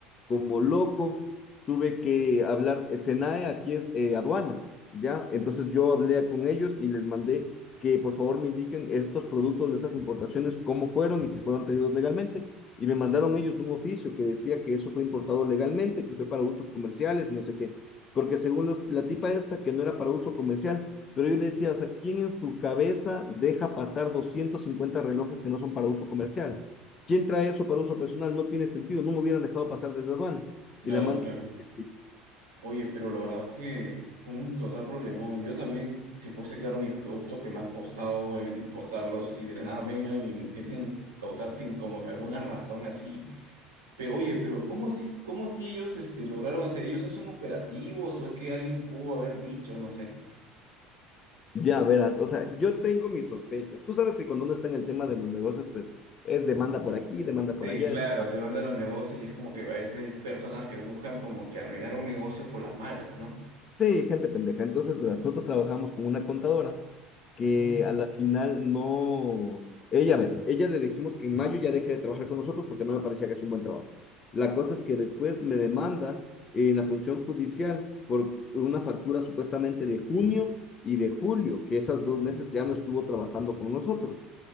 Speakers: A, on the left; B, on the right.
A: como loco tuve que hablar, eh, SENAE aquí es eh, aduanas, ¿ya? Entonces yo hablé con ellos y les mandé que por favor me indiquen estos productos de estas importaciones, cómo fueron y si fueron traídos legalmente. Y me mandaron ellos un oficio que decía que eso fue importado legalmente, que fue para usos comerciales y no sé qué porque según los, la tipa esta, que no era para uso comercial, pero yo le decía, o sea, ¿quién en su cabeza deja pasar 250 relojes que no son para uso comercial? ¿Quién trae eso para uso personal? No tiene sentido, no me hubieran dejado pasar desde aduana.
B: Claro,
A: Y la man,
B: claro.
A: que... este,
B: Oye, pero la verdad es que fue un total problemón. Yo también, si fuese claro, mis productos que me ha costado obviamente importarlos y de la nada vengan y me intenten cautar sin como que alguna razón así. Pero oye, pero ¿cómo así, cómo así ellos este, lograron hacer? ¿Ellos hacen operativos o es que alguien pudo haber dicho, no sé?
A: ya verás, o sea, yo tengo mis sospechas. Tú sabes que cuando uno está en el tema de los negocios, pues es demanda por aquí, demanda por
B: Sí,
A: allá,
B: claro,
A: eso
B: demanda los negocios y es como que a veces hay personas que buscan como que arruinar un negocio por las malas, ¿no?
A: Sí, gente pendeja. Entonces, verás, nosotros trabajamos con una contadora que
B: Ujú.
A: a la final no... Ella, a ver, ella le dijimos que en mayo ya deje de trabajar con nosotros porque no me parecía que es un buen trabajo. La cosa es que después me demanda en la función judicial por una factura supuestamente de junio y de julio, que esas dos meses ya no estuvo trabajando con nosotros.